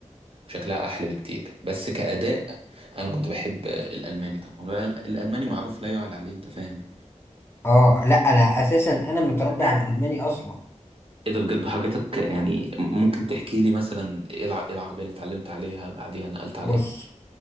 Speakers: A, on the right (about 45°); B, on the left (about 20°).
A: وشكلها أحلى بكتير بس كأداء أنا كنت بحب الألماني طبعا وال- الألماني معروف لا يعلى عليه أنت فاهم
B: اه لا انا اساسا انا متربي
A: يعني.
B: على الالماني اصلا
A: إيه ده بجد حاجتك يعني ممكن تحكي لي مثلا إيه الع- إيه العربية اللي اتعلمت عليها بعديها نقلت عليه
B: بص
A: إن